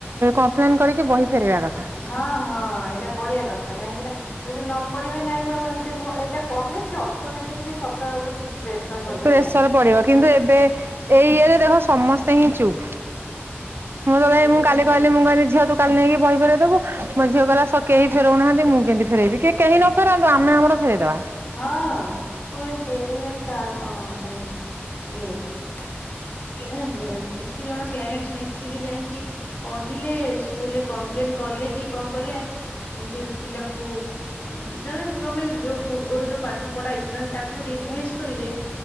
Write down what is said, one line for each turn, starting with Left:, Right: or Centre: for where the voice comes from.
Right: କମ୍ପ୍ଲେନ୍ କରିକି ବହି ଫେରେଇବା କଥା
Left: ହଁ ହଁ ଏଇଟା କରିବା କଥା କାହିଁକି ନା ଯଦି ନ ପଡ଼ିବେ ନାହିଁ ଏମତି ଏଇଟା କଲେ ସେ ଅଟୋମେଟିକି ସରକାର ଉପରେ କିଛି ପ୍ରେସର ପଡିବେ
Right: ପ୍ରେସର ପଡିବ କିନ୍ତୁ ଏବେ ଏଇ ଇଏରେ ଦେଖ ସମସ୍ତେ ହିଁ ଚୁପ୍ ମୁଁ ତ
Left: ସିଏ
Right: ମୁଁ କାଲି କହିଲେ ମୁଁ କହିଲି ଝିଅ ତୁ କାଲି ନେଇକି ବହିିବାର ଦବୁ ମୋ ଝିଅ କହିଲା କେହି ଫେରେଉନାହାନ୍ତି ମୁଁ କେମ ଫେରେଇବି କିଏ କେହି ନ ଫେରାନ୍ତୁ ଆମେ ଆମର ଫେରେଇଦବା
Left: ହଁ କେ ଫେରେଇବେନି କାହା କଣ ମାନେ ଇଏ ଏଇଟା କିଛି ଜଣ ପ୍ୟାରେସେ ମିଶିକି ଯାଇକି କହିଲେ ସ୍କୁଲୁରେ କମ୍ପ୍ଲେଲେନ୍ କଲେ କି କଣ କଲେ ଏମତି ପିଲାଙ୍କୁ ହୁଁ ଜଦି ତମେ ଯୋଉ ପୂର୍ବରୁ ଯୋଉ ପାଠ ପଢା ହେଇଛି ନହେଲେ ତାକୁ ରିଭାଇଜ୍ କରିବେ